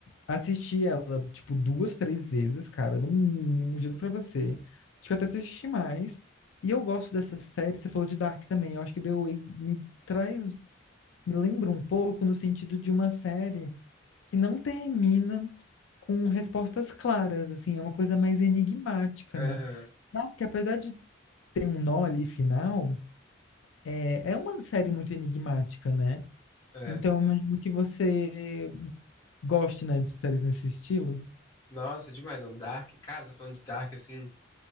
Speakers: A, on the left; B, on the left.
A: assisti ela, tipo, duas, três vezes, cara, no mínimo, juro pra você. Acho que eu até assisti mais. E eu gosto dessa série, você falou de Dark também. Eu acho que The Way me traz, me lembra um pouco no sentido de uma série que não termina com respostas claras, assim, é uma coisa mais enigmática,
B: Aham,
A: né? Dark, apesar de tem um nó ali final, é, é uma série muito enigmática, né?
B: é.
A: Então, eu imagino que você goste, né, de séries nesse estilo.
B: Nossa, demais. Não. Dark, cara, você tá falando de Dark, assim.